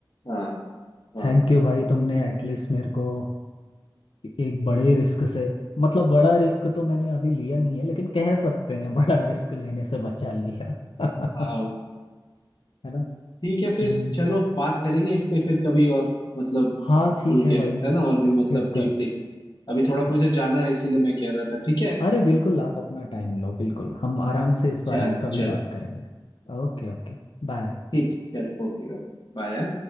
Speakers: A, on the left (about 55°); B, on the left (about 85°).
A: हाँ हाँ
B: थैंक यू भाई तुमने एटलीस्ट मेरे को एक बड़े रिस्क से मतलब बड़ा रिस्क तो मैंने अभी लिया नहीं है लेकिन कह सकते हैं बड़ा रिस्क लेने से बचा लिया <laughs> है
A: हाँ
B: ना
A: ठीक
B: हम्म,
A: है फिर चलो बात करेंगे इस पे फिर कभी और मतलब
B: हाँ ठीक
A: खुल
B: है
A: के
B: भाई
A: है ना और भी मतलब
B: फिर कर
A: डीपली अभी थोड़ा
B: हाँ
A: मुझे जाना है इसीलिए मैं कह रहा था ठीक है
B: अरे बिल्कुल आप अपना टाइम लो बिल्कुल हम आराम से इस
A: चल
B: बारे में कभी
A: चलो
B: बात करेंगे Okay okay बाय
A: ठीक चलो Okay okay बाय